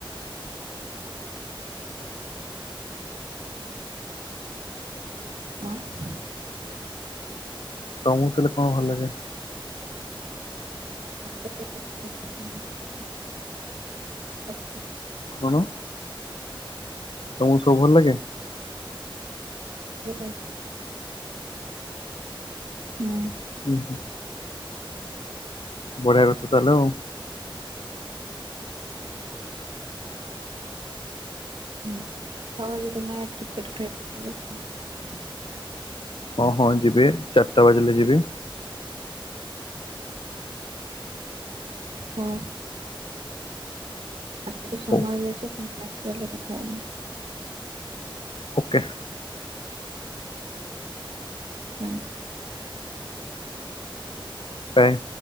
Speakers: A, on the right (about 75°); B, on the left (about 70°).
A: <unintelligible>
B: ତୋମକୁ ତାହେଲେ କଣ ଭଲ ଲାଗେ?
A: <inaudible> <inaudible>
B: କଣ? ତମକୁ ସବୁ ଭଲ ଲାଗେ?
A: <inaudible> ହୁଁ
B: ଉଁ, ହୁଁ। ବଢିଆ କଥା ତାହେଲେ ଆଉ।
A: ହୁଁ, ଆଉ ଆଜି ତୁମେ କ୍ରୀକେଟ୍ ଖେଳିବା <inaudible>
B: ହଁ ହଁ ଯିବେ, ଚାରିଟା ବାଜିଲେ ଯିବେ।
A: ହଁ! ଏବେ ସମୟ
B: ହଉ
A: ହେଇ ଯାଇଛି ପୁଣି ନେକ୍ସଟ୍ କଲରେ କଥା ହେବା।
B: ଓକେ।
A: ନାହିଁ।
B: କାଇଁ